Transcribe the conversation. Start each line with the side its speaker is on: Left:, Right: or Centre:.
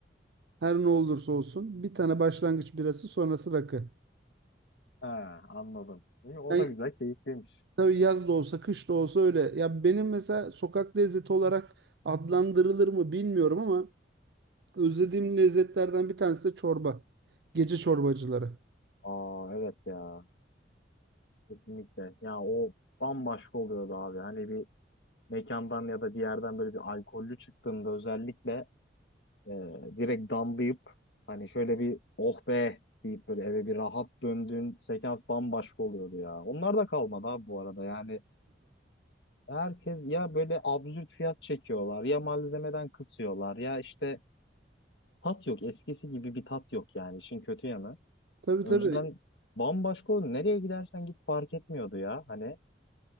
Right: Her ne olursa olsun. Bir tane başlangıç birası sonrası rakı.
Left: He, anladım. İyi, o
Right: Yani
Left: da güzel, keyifliymiş.
Right: tabii yaz da olsa kış da olsa öyle. Ya benim mesela sokak lezzeti olarak adlandırılır mı bilmiyorum ama özlediğim lezzetlerden bir tanesi de çorba. Gece çorbacıları.
Left: Aa evet ya kesinlikle. Ya o bambaşka oluyordu abi. Hani bir mekandan ya da bir yerden böyle bir alkollü çıktığında özellikle E, direkt damlayıp hani şöyle bir oh be deyip böyle eve bir rahat döndüğün sekans bambaşka oluyordu ya. Onlar da kalmadı abi bu arada yani herkes ya böyle absürt fiyat çekiyorlar ya malzemeden kısıyorlar ya işte tat yok eskisi gibi bir tat yok yani işin kötü yanı.
Right: Tabii
Left: Önceden
Right: tabii.
Left: bambaşka oldu nereye gidersen git fark etmiyordu ya hani